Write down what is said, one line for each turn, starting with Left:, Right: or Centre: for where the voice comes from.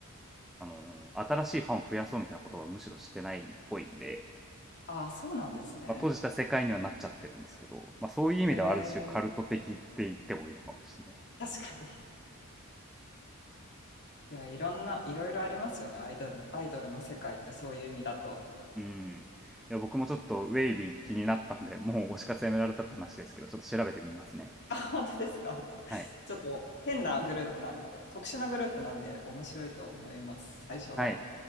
Centre: あの新しいファンを増やそうみたいなことはむしろ知ってないっぽいんで、
Left: ああ、そうなんですね。
Centre: まあ、閉じた世界にはなっちゃってるんですけど、まあ、そういう意味ではある種カルト的って言ってもいいのかもしれないです。
Left: えー、確かに。いや、いろんな、いろいろありますよね。アイドル、アイドルの世界ってそういう意味だと。
Centre: うん。いや僕もちょっとウェイビー気になったんで、もう推し活やめられたって話ですけど、ちょっと調べてみますね。
Left: あ、本当ですか。<laughs>
Centre: はい。
Left: ちょっと変なグループな、特殊なグループなんで面白いと思います、最初は。
Centre: はい。